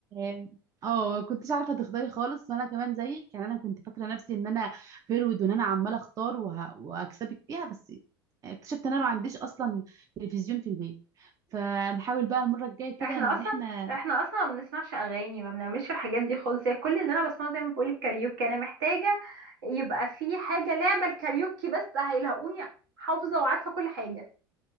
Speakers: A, on the right; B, on the right.
A: آم، اه ما كنتش عارفه تختاري خالص وانا كمان زيك يعني انا كنت فاكره نفسي ان انا فيرود وان انا عماله اختار وه... وهكسبك فيها بس اكتشفت ان انا ما عنديش اصلا تلفزيون في البيت فنحاول بقى المره الجايه كده
B: احنا
A: ان
B: اصلا
A: احنا
B: احنا اصلا ما بنسمعش اغاني ما بنعملش الحاجات دي خالص هي كل اللي انا بسمعه زي ما بقول الكاريوكي انا محتاجه يبقى في حاجه لعبه الكاريوكي بس هيلاقوني حافظه وعارفه كل حاجه